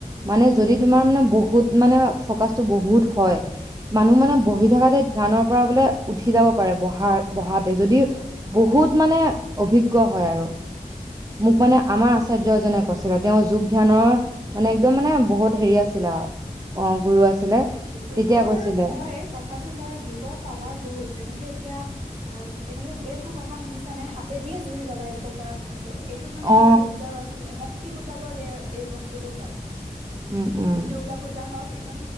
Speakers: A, on the right; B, on the right.
A: মানে যদি তোমাৰ মানে বহুত মানে ফকাচটো বহুত হয় মানুহ মানে বহি
B: অ
A: থকাতে ধ্যানৰ পৰা বোলে উঠি যাব পাৰে বহা বহাতে যদি বহুত মানে অভিজ্ঞ হয় আৰু মোক মানে আমাৰ আচাৰ্য এজনে কৈছিলে তেওঁ যোগ ধ্যানৰ মানে একদম মানে বহুত হেৰি আছিল আৰু অ গুৰু আছিলে
B: যুগৰ
A: তেতিয়া কৈছিলে
B: হয় কথাটো হয় যুগৰ পাৱাৰ বহুত যেনেকে এতিয়া এনেকে এইটো কথা শুনিছা নে হাতে দিয়ে জুই জ্বলাই দিব পৰা কথা টো এইটো মানে
A: অ
B: এনেকে সূৰ্য ৰশ্মি হক কি পূজাবোৰত এই এই বস্তুটো হয়
A: উম উম
B: দুৰ্গা পূজা হওক নম